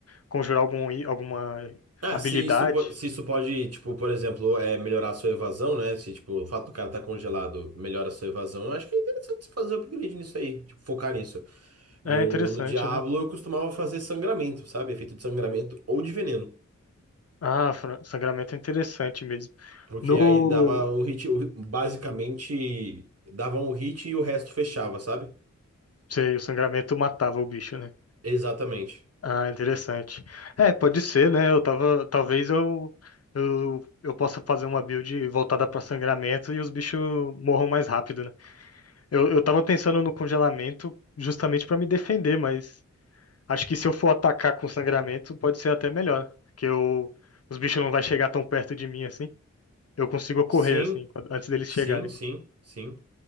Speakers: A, on the left (about 55°); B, on the right (about 55°).
A: Conjurar algum, i- alguma
B: Ah,
A: habilidade.
B: se isso, po- se isso pode, tipo, por exemplo, é melhorar a sua evasão, né? Se, tipo, o fato do cara tá congelado melhora a sua evasão, eu acho que é interessante você fazer um upgrade nisso aí. Tipo, focar nisso.
A: É
B: No,
A: interessante,
B: no Diablo
A: né?
B: eu costumava fazer sangramento, sabe? Efeito de sangramento ou de veneno.
A: Ah, fra- sangramento é interessante mesmo.
B: Porque
A: No.
B: aí dava o hit, o- basicamente dava um hit e o resto fechava, sabe?
A: Sei, o sangramento matava o bicho, né?
B: Exatamente.
A: Ah, interessante. É, pode ser, né? Eu tava, talvez eu, eu, eu possa fazer uma build voltada para sangramento e os bichos morram mais rápido, né? Eu, eu tava pensando no congelamento justamente para me defender, mas acho que se eu for atacar com sangramento, pode ser até melhor, que eu, os bichos não vai chegar tão perto de mim assim. Eu consigo correr
B: Sim,
A: assim, quando- antes deles
B: sim,
A: chegarem.
B: sim, sim.